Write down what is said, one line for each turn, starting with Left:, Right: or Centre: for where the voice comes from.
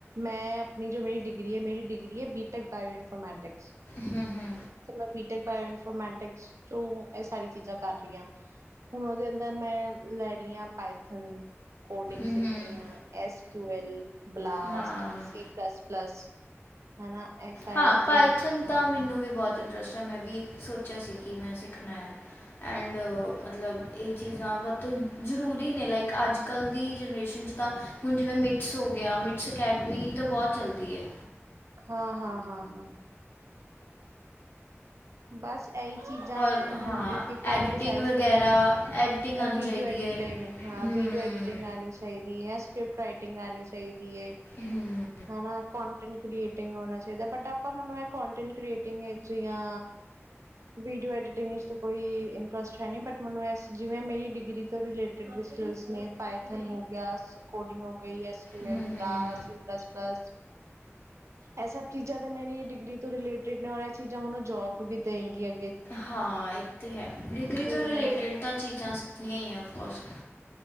Right: ਮੈਂ ਆਪਣੀ ਜੋ ਮੇਰੀ ਡਿਗਰੀ ਹੈ ਮੇਰੀ ਡਿਗਰੀ ਹੈ ਬੀਟੈਕ ਬਾਇਓ ਇਨਫੋਰਮੈਟਿਕਸ।
Left: ਹਮ -ਹਮ।
Right: ਤੇ ਮੈਂ ਬੀਟੈਕ ਬਾਇਓ ਇਨਫੋਰਮੈਟਿਕਸ ਚੋ ਇਹ ਸਾਰੀਆਂ ਚੀਜ਼ਾਂ ਕਰ ਰਹੀ ਹਾਂ। ਹੁਣ ਉਹਦੇ ਅੰਦਰ ਮੈਂ ਲੈਡੀ ਆ ਪਾਇਥਨ ਕੋਡਿੰਗ ਸਿੱਖ
Left: ਹੂੰ ਹੂੰ
Right: ਰਹੀ ਹਾਂ ਐਸ ਕਿਊ ਐਲ, ਬਲਾਸਟ
Left: ਹਾਂ
Right: ਸੀ ਪਲੱਸ -ਪਲੱਸ। ਹਨਾ ਇਹ ਸਾਰੀ
Left: ਹਾਂ
Right: ਚ
Left: ਪਾਈਥਨ ਤਾਂ ਮੈਨੂੰ ਵੀ ਬਹੁਤ ਇੰਟਰਸਟ ਐ ਮੈਂ ਵੀ ਸੋਚਿਆ ਸੀ ਕਿ ਮੈਂ ਸਿੱਖਣਾ ਆ। ਐਂਡ ਮਤਲਬ ਇਹ ਚੀਜ਼ਾਂ ਬਹੁਤ ਜ਼ਰੂਰੀ ਨੇ ਲਾਈਕ ਅੱਜ ਕੱਲ੍ਹ ਦੀ ਜਨਰੇਸ਼ਨ 'ਚ ਤਾਂ ਹੁਣ ਜਿਵੇਂ ਮਿਟਸ ਹੋ ਗਿਆ ਮਿਟਸ ਅਕੈਡਮੀ ਤਾਂ ਬਹੁਤ ਚੱਲਦੀ ਹੈ।
Right: ਹਾਂ- ਹਾਂ-ਹਾਂ- ਹਾਂ। ਬਸ ਇਹੀ ਚੀਜ਼ਾਂ
Left: ਔਰ
Right: ਮੈਂ ਹੁਣ
Left: ਹਾਂ
Right: ਇੱਕ ਇੱਕ ਕਰਕੇ
Left: ਐਡੀਟਿੰਗ
Right: ਸਾਰੇ ਸਿੱਖਦੀ
Left: ਵਗੈਰਾ
Right: ਆਂ।
Left: ਐਡੀਟਿੰਗ ਆਣੀ
Right: ਵੀਡੀਓ
Left: ਚਾਹੀਦੀ
Right: ਐਡਿਟਿੰਗ
Left: ਹੈ
Right: ਹਾਂ
Left: ਹੂੰ
Right: ਵੀਡੀਓ ਐਡਿਟਿੰਗ ਆਣੀ ਚਾਹੀਦੀ ਹੈ ਸਕਿੱਪ ਰਾਈਟਿੰਗ ਆਉਣੀ ਚਾਹੀਦੀ ਹੈ।
Left: ਹੂੰ
Right: ਹਨਾ ਕੋਂਟੈਂਟ ਕ੍ਰੀਏਟਿੰਗ ਹੋਣਾ ਚਾਹੀਦਾ ਬਟ ਆਪਾਂ ਮੈਨੂੰ ਇਹ ਕੋਂਟੈਂਟ ਕ੍ਰੀਏਟਿੰਗ ਚੀਆਂ। ਵੀਡੀਓ ਐਡੀਟਿੰਗ ਵਿੱਚ ਕੋਈ ਇੰਟਰਸਟ ਹੈ ਨੀ ਬਟ ਮੈਨੂੰ ਇਸ ਜਿਵੇਂ ਮੇਰੀ ਡਿਗਰੀ ਰਲੇਟਿਡ ਬਿਸਟਲਸ ਨੇ ਪਾਇਥਲ ਹੋ ਗਿਆ ਕੋਡਿੰਗ ਹੋ ਗਈ, ਐਸ ਕੂਲ
Left: ਹੂੰ ਹੂੰ
Right: ਬਰਾ, ਸੀ ਪਲੱਸ ਪਲਸ। ਇਹ ਸਭ ਚੀਜ਼ਾਂ ਤੇ ਮੇਰੀ ਡਿਗਰੀ ਤੋਂ ਰਿਲੇਟਿਡ ਨੇ ਔਰ ਇਹ ਚੀਜ਼ਾਂ ਮੈਨੂੰ ਜੋਬ ਵੀ ਦੇਣਗੀਆਂ।
Left: ਹਾਂ ਇਹ ਤੇ ਹੈ ਡਿਗਰੀ ਤੋਂ ਰਿਲੇਟਿਡ
Right: ਮੈਂ
Left: ਤਾਂ ਚੀਜ਼ਾਂ ਸਿੱਖਣੀਆਂ ਈ ਆ ਕੁਛ।